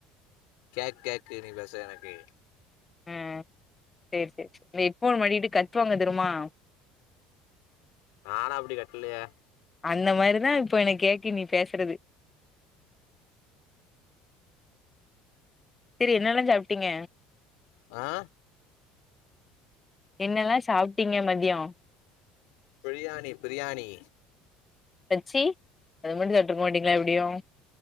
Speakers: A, on the left (about 75°); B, on the left (about 25°).
A: கேக் கேக்கு நீ பேச எனக்கு
B: அ சேர் சேர் இந்த ஹெட்ஃபோன மாட்டிட்டு கத்துவாங்க தெருமா
A: நாலா அப்டி கத்தலயே
B: அந்த மாரிதா இப்போ எனக் கேக்கு நீ பேசுறது சேரி என்னால்லா சாப்டீங்க
A: ஆ
B: என்னல்லா சாப்டீங்க மதியோ
A: பிரியாணி பிரியாணி
B: அச்சி அது மட்டு சாப்ருக்க மாட்டீங்ளா எப்டியு